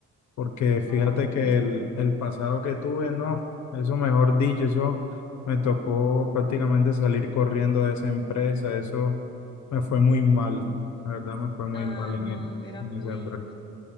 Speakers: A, on the left; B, on the left.
A: porque fíjate
B: ay,
A: que el, el pasado que tuve, no, eso mejor dicho, eso me tocó prácticamente salir corriendo de esa empresa, eso me fue muy mal, la verdad me fue muy
B: ay,
A: mal en,
B: no,
A: el-
B: era
A: en
B: muy,
A: esa empresa.